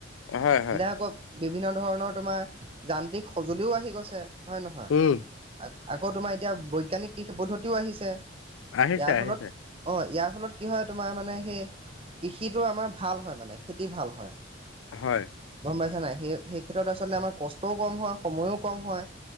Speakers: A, on the left; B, on the right.
A: হয় হয়।
B: এতিয়া আকৌ বিভিন্ন ধৰণৰ তোমাৰ যান্ত্ৰিক সঁজুলিও আহি গৈছে হয় নহয়
A: উম
B: আকৌ তোমাৰ এতিয়া বৈজ্ঞানিক কৃষি পদ্ধতিও আহিছে। ইয়াৰ
A: আহিছে আহিছে
B: ফলত অঁ ইয়াৰ তাৰ ফলত কি হয় তোমাৰ মানে সেই কৃষিটো আমাৰ ভাল হয় মানে খেতি ভাল হয়।
A: হয়।
B: গম পাইছা নাই সেই সেই ক্ষেত্ৰত আচলতে আমাৰ কষ্টও কম হয় সময়ো কম হয়।